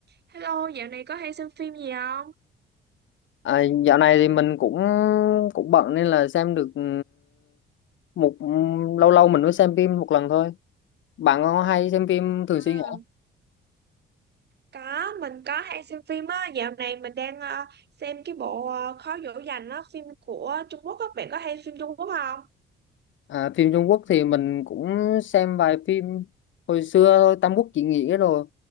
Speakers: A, on the right; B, on the left.
A: Hello, dạo này có hay xem phim gì không?
B: À, dạo này thì mình cũng cũng bận nên là xem được ừ, một ừ, lâu lâu mình mới xem phim một lần thôi. Bạn có hay xem phim thường
A: À,
B: xuyên hả?
A: có mình có hay xem phim á dạo này mình đang ờ, xem cái bộ ờ, Khó dỗ dành á phim của Trung Quốc á bạn có hay phim Trung Quốc không?
B: À, phim Trung Quốc thì mình cũng xem vài phim hồi xưa thôi, Tam Quốc diễn nghĩa rồi.